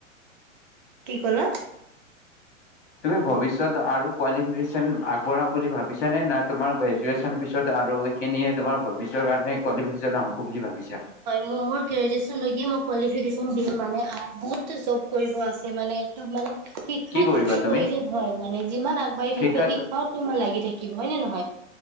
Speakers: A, on the right; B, on the left.
A: কি ক'লা
B: তুমি ভৱিষ্যত আৰু কোৱালিফিকেচন আগবঢ়াম বুলি ভাবিছানে না তোমাৰ গ্ৰেজুৱেচন পিছত আৰু সেইখিনিয়ে তোমাৰ ভৱিষ্যত কোৱালিফিকেচন হব- বুলি ভাবিছা?
A: হয় হয় মোৰ গ্ৰেজুৱেচন লৈকে মোৰ কোৱালিফিকেচন <unintelligible> বুত চব কৰিব আছে। মানে এই টো মানে শিক্ষাটোতো
B: কি কৰিবা তুমি?
A: প্ৰয়োজন হয় মানে যিমান আগ <unintelligible>
B: শিক্ষাটো
A: তোমাৰ লাগি থাকিম হয় নে নহয়?